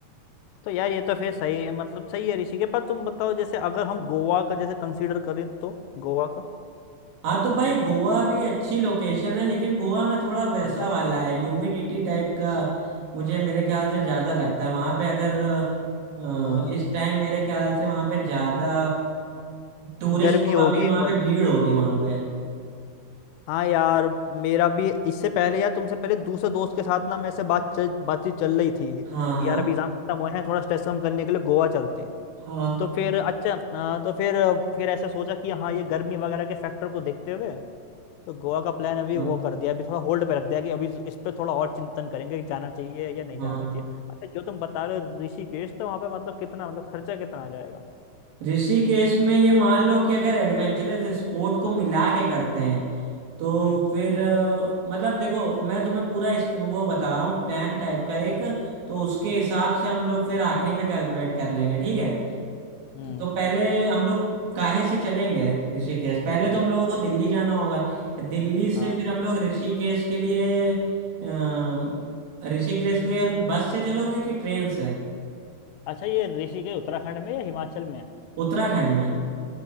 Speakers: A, on the left (about 85°); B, on the right (about 60°).
A: तो यार ये तो फिर सही है मतलब सही है ऋषिकेश पर तुम बताओ जैसे अगर हम गोवा का जैसे कंसीडर करें तो गोवा का
B: हाँ तो भाई गोवा भी अच्छी लोकेशन है लेकिन गोवा में थोड़ा वैसा
A: हाँ
B: वाला है ह्यूमिडिटी टाइप का मुझे मेरे ख्याल से ज्यादा लगता है वहां पे अगर अ,
A: हाँ,
B: इस टाइम मेरे ख्याल से वहां पे ज्यादा टूरिस्ट
A: गर्मी
B: लोग
A: होगी
B: अभी वहां
A: और
B: पे भीड़ होगी वहां पे
A: हाँ यार मेरा भी इससे पहले यार तुमसे पहले दूसरे दोस्त के साथ ना मैं ऐसे बात चल बातचीत चल रही थी कि
B: हाँ हाँ
A: यार अभी एग्जाम खत्म हुए हैं थोड़ा स्ट्रेस कम करने के लिए गोवा चलते हैं
B: हाँ
A: तो फिर अच्छा हाँ, तो फिर फिर ऐसे सोचा कि हाँ ये गर्मी वगैरह के फैक्टर को देखते हुए तो गोवा का प्लान अभी
B: हाँ
A: वो कर दिया अभी थोड़ा होल्ड पे रख दिया कि अभी इस पे थोड़ा और चिंतन करेंगे कि जाना चाहिए या नहीं
B: हाँ
A: जाना चाहिए अच्छा जो तुम बता रहे हो ऋषिकेश तो वहाँ पे मतलब कितना मतलब खर्चा कितना आ जाएगा
B: ऋषिकेश में ये मान लो कि अगर एडवेंचरस स्पोर्ट को मिला के करते हैं तो
A: हम्म
B: फिर अ, मतलब देखो मैं तुम्हें पूरा इस- वो बता रहा हूँ प्लान टाइप का एक तो उसके
A: हम्म।
B: हिसाब से हम लोग फिर आखिरी में कैलकुलेट कर लेंगे ठीक है
A: हम्म
B: तो तो पहले हम लोग काहे से चलेंगे ऋषिकेश पहले तो हम लोगों को दिल्ली जाना होगा दिल्ली से
A: हाँ
B: फिर हम लोग ऋषिकेश के लिए अ, ऋषिकेश के लिए हम बस से चलोगे कि ट्रेन से
A: अच्छा ये ऋषिकेश उत्तराखंड में या हिमाचल में है?
B: उत्तराखंड में